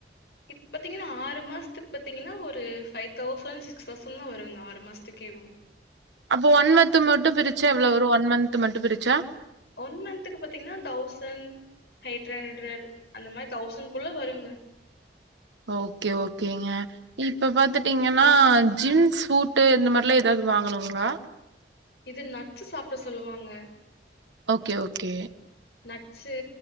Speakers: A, on the left (about 70°); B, on the right (about 90°).
A: இப்பாத்திங்கனா ஆறு மாதத்துக்கு பாத்திங்கனா ஒரு ஃபைவ் தௌசண்ட் சிக்ஸ் தௌசண்ட் தா வருங்க ஆறு மாசத்துக்கேவு
B: அப்போ ஒன் மத் மட்டு பிரிச்சா எவ்வள வரு ஒன் மன்த் மட்டு பிரிச்சா
A: ஒன் மன்த்துக்கு பாத்தீங்கனா தௌசண்ட் ஹெய்ட் ஹண்ட்ரட் அந்த மாரி தௌசண் குள்ள வருங்க
B: ஓகே ஓகேங்க இப்ப பாத்துட்டீங்கனா ஜிம் ஷூட்டு இந்த மாரிலா ஏதாது வாங்கணுங்ளா
A: இது நட்சு சாப்ட சொல்லுவாங்க
B: ஓகே ஓகே
A: நட்ஸு